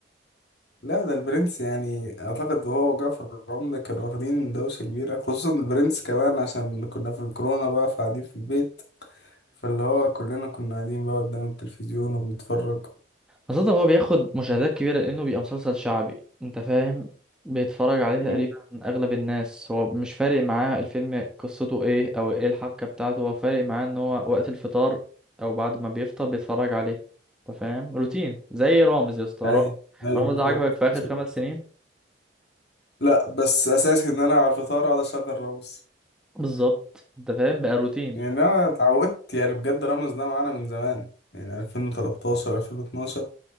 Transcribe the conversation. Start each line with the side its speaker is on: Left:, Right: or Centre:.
Left: لا ده البرنس يعني اعتقد هو وجعفر العمدة كانوا واخدين دوشة كبيرة خصوصا البرنس كمان عشان كنا في الكورونا بقى فقاعدين في البيت فاللي هو كلنا كنا قاعدين بقى قدام التلفزيون وبنتفرج
Centre: خاصة هو بياخد مشاهدات كبيرة لأنه بيبقى مسلسل شعبي أنت فاهم بيتفرج عليه
Left: مم.
Centre: تقريبا أغلب الناس هو مش فارق معاه الفيلم قصته إيه أو إيه الحبكة بتاعته هو فارق معاه إن هو وقت الفطار أو بعد ما بيفطر بيتفرج عليه أنت فاهم روتين زي رامز يا اسطى رامز
Left: اي ايوه
Centre: رامز
Left: بالظبط
Centre: ده عجبك في آخر
Left: بالظبط.
Centre: خمس سنين
Left: لا بس اساسي ان انا على الفطار اقعد اشغل رامز
Centre: بالظبط أنت فاهم بقى روتين
Left: يعني انا اتعودت يعني بجد رامز ده معانا من زمان يعني 2013 2012